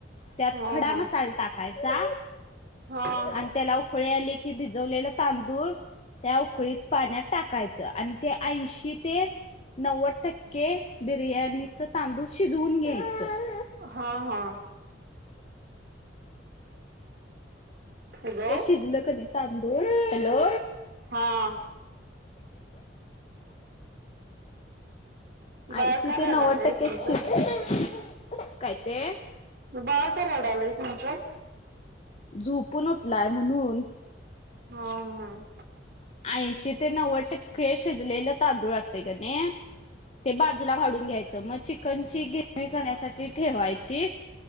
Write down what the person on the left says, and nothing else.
त्यात
खडा
मसाला टाकायचा
आणि त्याला उ उकळी आले की भिजवलेलं तांदूळ त्या उकळीत पाण्यात टाकायचं आणि ते ऐंशी की ते नव्वद टक्के बिर्याणीच तांदूळ शिजवून घ्यायचं.
हे शिजलं कनी तांदूळ हॅलो!
ऐंशी
ते
नव्वद टक्के
शिजलय काय ते
झोपून उठलाय म्हणून
ऐंशी ते नव्वद टक्के शिजलेलं तांदूळ असतय की नई ते बाजूला काडून घ्यायचं मग चिकन ची ग्रेवी करण्यासाठी ठेवायची.